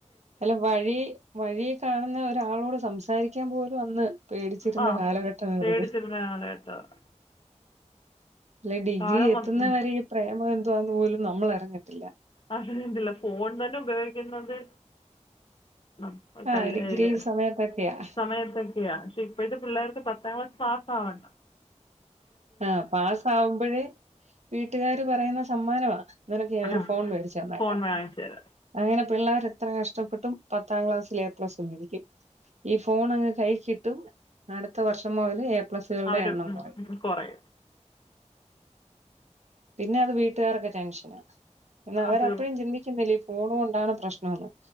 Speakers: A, on the right; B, on the left.
A: അല്ല വഴി വഴീക്കാണുന്ന ഒരാളോട് സംസാരിക്കാൻ പോലു വന്ന് പേടിച്ചിരുന്ന
B: ആ
A: കാലഘട്ടാരുന്നത്
B: പേടിച്ചിരുന്ന കാലഘട്ടമാണ്
A: അല്ലെ ഡിഗ്രി
B: കാലം
A: എത്തുന്നവരെ
B: മൊത്തം
A: ഈ പ്രേമം എന്തുവാന്ന് പോലും നമ്മളറിഞ്ഞിട്ടില്ല
B: അയ്ൻ്റല്ല ഫോൺ തന്നെ ഉപയോഗിക്കുന്നത് അപ്
A: ആ
B: കല്ലേഗ്
A: ഡിഗ്രി സമയത്തൊക്കെയാ.
B: സമയത്തൊക്കെയാ പക്ഷെ ഇപ്പഴ്ത്തെ പിള്ളേർക്ക് പത്താം ക്ലാസ് പാസ് ആവണ്ട
A: ആഹ് പാസ്സാവുമ്പോഴേ വീട്ടുകാാര് പറയുന്ന സമ്മാനവാണ് നിനക്ക്ഞാ
B: ആ
A: ഒരു ഫോൺ മേടിച്ചു തന്നേക്കാം
B: ഫോൺ വാങ്ങിച്ച് തരാം
A: അങ്ങനെ പിള്ളാരെത്ര കഷ്ടപ്പെട്ടും പത്താം ക്ലാസ്സിൽ എ പ്ല മേടിക്കും ഈ ഫോണൊക്കെ കൈ കിട്ടും അടുത്ത വർഷം മൊതല് എ പ്ലസുകളുടെ
B: അവർ
A: എണ്ണം കൊറയും
B: കുറയും
A: പിന്നെ അത് വീട്ടുകാർക്ക് ടെൻഷനാ എന്നാ അവരപ്പോഴും
B: അത്
A: ചിന്തിക്കുന്നില്ല ഈ ഫോൺ കൊണ്ടാണ് പ്രശ്നമെന്ന്